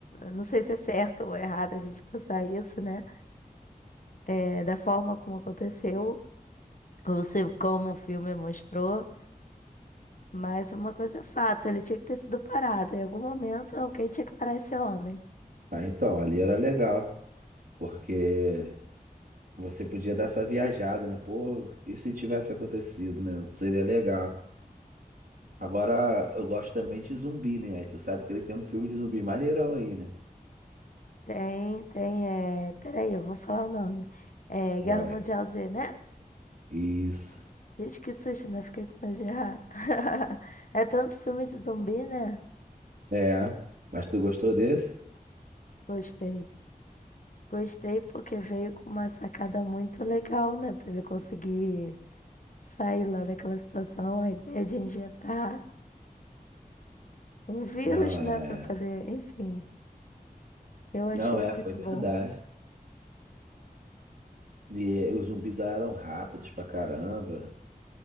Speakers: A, on the left; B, on the right.
A: Não sei se é certo ou errado a gente pensar isso, né? É, da forma como aconteceu, ou se como o filme mostrou. Mas uma coisa é fato, ele tinha que ter sido parado. Em algum momento, alguém tinha que parar esse homem.
B: ah, então, ali era legal, porque você podia dar essa viajada, né? Pô, e se tivesse acontecido, né? Seria legal. Agora, eu gosto também de zumbi, né? Aí tu sabe que ele tem um filme de zumbi maneirão aí, né?
A: Tem, tem, é... Peraí, eu vou falar o nome. É
B: Vai.
A: Guerra Mundial Z, né?
B: Isso.
A: Gente, que susto, né? Fiquei com medo de errar. <laughs> É tanto filme de zumbi, né?
B: É. Mas tu gostou desse?
A: Gostei. Gostei porque veio com uma sacada muito legal, né? Pra ele conseguir sair lá daquela situação, a ideia de injetar um vírus,
B: Não, é.
A: né? Pra poder, enfim. Eu achei
B: Não, é,
A: muito
B: foi verdade.
A: bom.
B: E os zumbis eram rápidos pra caramba.